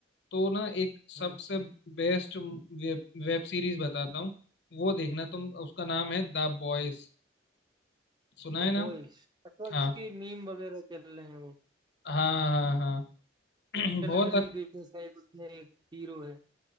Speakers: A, on the left (about 60°); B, on the right (about 20°).
A: तो ना एक
B: हुँ,
A: सबसे बेस्ट वेब, वेब सीरीज बताता हूँ वो देखना तुम उसका नाम है द बॉयज सुना
B: द
A: है
B: बॉयज
A: नाम
B: अच्छा
A: हाँ
B: इसके मीम वगैरह चल रहे हैं वो
A: हाँ हाँ हाँ <clears throat>
B: कैप्टन
A: बहुत
B: अमेरिका
A: अच्छ-
B: जो शायद उसमें एक हीरो है